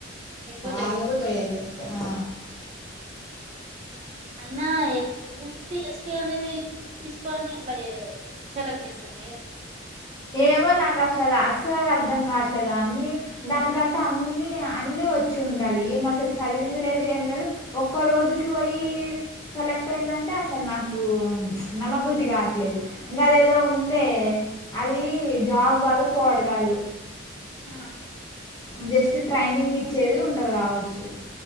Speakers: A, on the right; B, on the left.
A: ఎక్కువ చేస్తుంటుండే
B: ఆగబుద్ధి అయ్యేది ఆ.
A: అయినా <unintelligible> తీసుకొని ఎట్లా సెలెక్ట్ చేస్తారే.
B: ఏమో నాకసలు ఆ. అసలు అర్థం కావట్లేదు, అన్ని దానికంటే అన్ని అన్ని వచ్చి ఉండాలి ఈమె అసలు చదది. చదివింది లేదు, ఏం లేదు ఒక్క రోజుకి పోయి. సెలెక్ట్ అయిందంటే అసలు నాకు నమ్మబుద్ధి కావట్లేదు. ఇంకా అది ఏదో ఉందే, అది జాబ్ కాదు పోడ కాదు.
A: ఆ
B: జస్ట్ ట్రైనింగ్ ఇచ్చేది ఉంటది కావచ్చు.